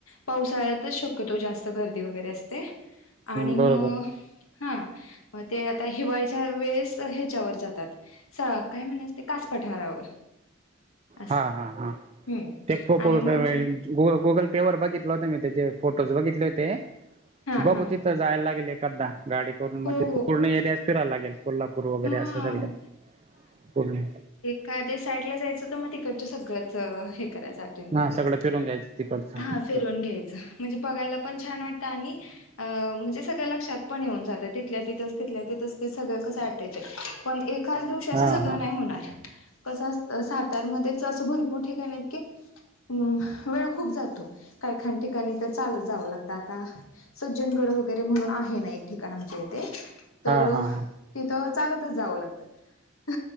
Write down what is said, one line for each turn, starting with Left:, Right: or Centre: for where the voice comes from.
Left: पावसाळ्यातच शक्यतो जास्त गर्दी वगैरे असते. आणि
Right: बरोबर
Left: म हा अ ते आता हिवाळच्या वेळेस ह्याच्यावर जातात. सावा काय म्हणायचां ते कास पठारावर. असं
Right: हा हा हा.
Left: हम्म
Right: ते फोटो
Left: आणि
Right: <unintelligible>
Left: मग
Right: ग-गुगल पेवर बघितलं होत मी त्याचे फोटोज बघितले होते.
Left: हा
Right: बघू
Left: हा
Right: ति जायला लागेल एखादा, गाडी करून
Left: हो
Right: तिथं
Left: हो
Right: पूर्ण एरियात फिरायला लागेल. कोल्हापूर वगैरे
Left: हा.
Right: असं, चालतंय सगळं पूर्ण.
Left: काय ते साईडला जायचं तर मग, तिकडचं सगळंच हे करायचाय. <unintelligible>
Right: हा सगळं फिरून घ्यायचं तिकडचं
Left: हां. फिरून घ्यायच म्हणजे, बघायला पण छान वाटतं आणि. अ म्हणजे सगळं लक्षात पण येऊन जातं तिथल्या तिथेच तिथल्या तिथंच ते सगळं कसं अट्या चे पण एकाच दिवशी असं
Right: हा
Left: सगळं
Right: हा
Left: नाही होणार. कसं असत सातार्यामध्येध्येच असं भरपूर ठिकाण आहेत की अम वेळ खूप जातो. काय काय ठिकाणी तर चालत जावं लागतं आता. सज्जनगड वगैरे म्हणून आहे ना एक ठिकाण आमच्या इथे. तर
Right: हा हा हा
Left: तिथं चालतच जावं लागत